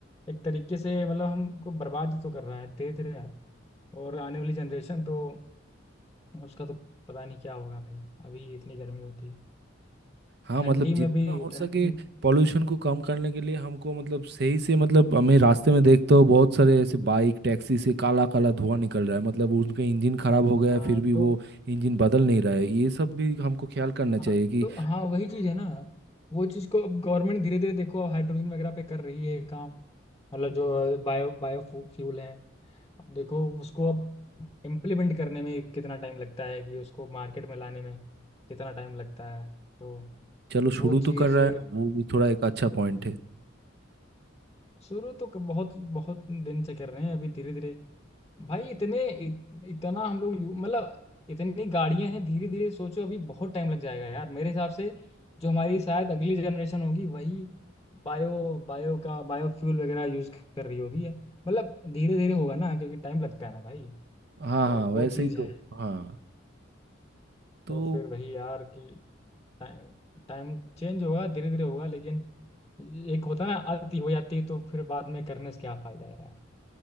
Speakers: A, on the left; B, on the right.
A: एक तरीके से मतलब हमको बर्बाद ही तो कर रहा है धीरे धीरे यार और आने वाली जनरेशन तो उसका तो पता नहीं क्या होगा भाई अभी इतनी गर्मी होती है
B: हाँ
A: ठंडी
B: मतलब जितना
A: में भी
B: हो सके
A: ठंडी में
B: पॉल्यूशन को कम करने के लिए हमको मतलब सही से मतलब हमें रास्ते में देखते हो बहुत सारे ऐसे बाइक टैक्सी से काला काला धुआं निकल रहा है मतलब उनका इंजन खराब हो गया
A: हाँ
B: है फिर भी वो
A: तो
B: इंजन बदल नहीं रहा है ये सब भी हमको ख्याल करना चाहिए
A: हाँ
B: कि
A: तो हाँ वही चीज है ना वो चीज को अब गवर्नमेंट धीरे धीरे देखो हाइड्रोजन वगैरह पे कर रही है काम मतलब जो बायो बायो फ्यूल है अब देखो उसको अब इम्प्लीमेंट करने में कितना टाइम लगता है कि उसको मार्केट में लाने में कितना टाइम लगता है तो
B: चलो शुरू
A: वो चीज
B: तो कर रहा है ना वो भी थोड़ा एक अच्छा पॉइंट है
A: शुरू तो क- बहुत बहुत दिन से कर रहे हैं अभी धीरे धीरे भाई इतने इत, इतना हम लोग यू- मतलब इतनी गाड़ियां हैं धीरे धीरे सोचो अभी बहुत टाइम लग जाएगा यार मेरे हिसाब से जो हमारी शायद अगली जनरेशन होगी वही बायो बायो का बायो फ्यूल वगैरह यूज कर रही होगी मतलब धीरे धीरे होगा ना क्योंकि टाइम लगता है ना भाई
B: हाँ
A: तो
B: हाँ
A: वो
B: वैसे
A: चीज़
B: ही तो
A: है
B: हाँ तो
A: तो फिर वही यार कि टाइम टाइम चेंज होगा धीरे धीरे होगा लेकिन एक होता है ना आती हो जाती है तो फिर बाद में करने से क्या फायदा है यार